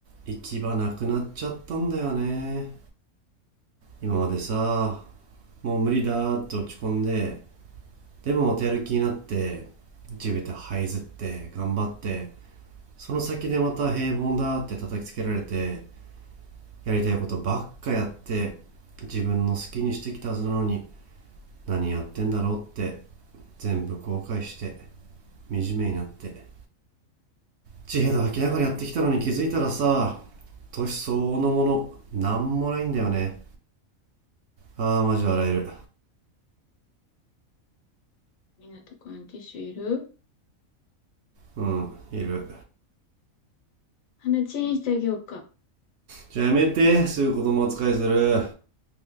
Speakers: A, on the right (about 65°); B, on the left (about 75°).
A: う行き場なくなっちゃったんだよね今までさもう無理だーって落ち込んででもまたやる気になって地べた這いずって頑張ってその先でまた平凡だって叩きつけられてやりたいことばっかやって自分の好きにしてきたはずなのに何やってんだろうって全部後悔して惨めになって地平で吐きながらやってきたのに気づいたらさ年相応のものなんもないんだよねああマジ笑える
B: みなとくんティッシュいる
A: うんいる
B: 鼻チンしてあげようか。
A: じゃあやめてすぐ子供扱いするう